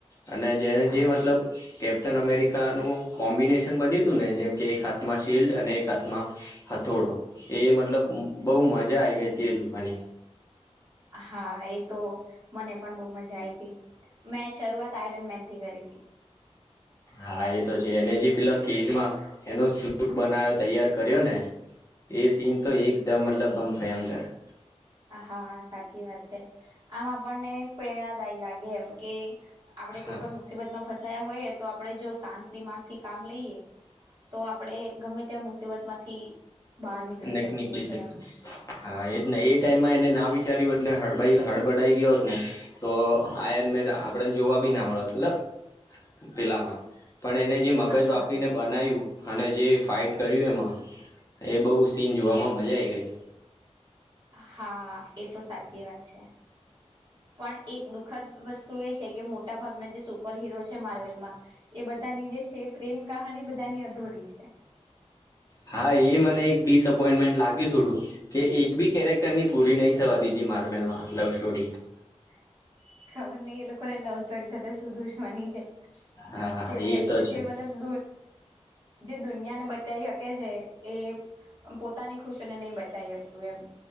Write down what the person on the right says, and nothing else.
હા
હા એ તો મને પણ બહુ મજા આઈ હતી મેં શરૂઆત આયરન મેન થી કરી હતી
હાા સાચી વાત છે આમ આપણને પ્રેરણાદાયી લાગે એમ કે. આપડે
કોઈ પણ મુસીબત માં ફસાયા હોયએ તો આપડણે જો શાંત દિમાગ થી કામ લઈએ તો આપણેે ગમે ત્યા મુસીબત માંથી બહાર નીકળી
શકીએ છે
એમ.
હા
હા એ તો સાચી વાત છે. પણ એક દુઃખદ વસ્તુ એ છે કે મોટા ભાગના જે સુપર હિરો છે માર્વેલમાં એ બધા. ની જે છે પ્રેમ કહાની બધાની અધૂરી છે
હ. ખબર નહ એ લોકોને લવ સ્ટોરી સાથે સુું દુશવાની છે.
કે
જે
મતલબ દ. જે દુનિયાને બચાવી શકે છે એ પોતાની ખુશને નહી બચી શકતું એમ.